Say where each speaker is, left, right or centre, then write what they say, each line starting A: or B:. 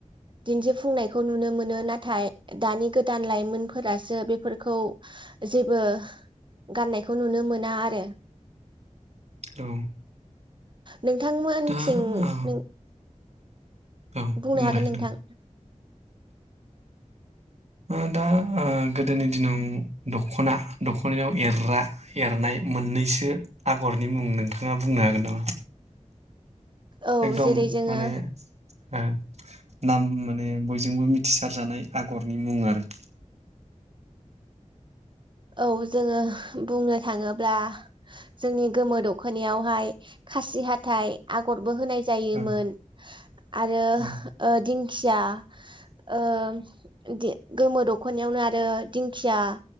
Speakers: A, on the right (about 40°); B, on the right (about 60°).
A: दिन्थिफुंनायखौ नुनो मोनो नाथाय दानि गोदान लाइमोनफोरासो बेफोरखौ जेबो गाननायखौ नुनो मोनाआरो
B: औ।
A: नोंथांमोनथिं
B: दा औ
A: नों
B: औ
A: बुंनो
B: बुंलाय
A: हागोन नोंथां।
B: ओ दा गोदोनि दिनाव दखना दखनायाव एरग्रा एरनाय मोननैसो आगरनि मुं नोंथाङा बुंनो हागोन नामा?
A: औ
B: एकदम
A: जेरै जोङो
B: माने ओ नाम माने बयजोंबो मिथिसारजानाय आगरनि मुं आरो।
A: औ जोङो बुंनो थाङोब्ला जोंनि गोमो दखनायावहाय खासि हाथाय आगर बो होनाय जायोमोन।
B: औ
A: आरो
B: औ
A: ओ दिं खिया ओम दि गोमो दखनायावनो आरो दिंखिया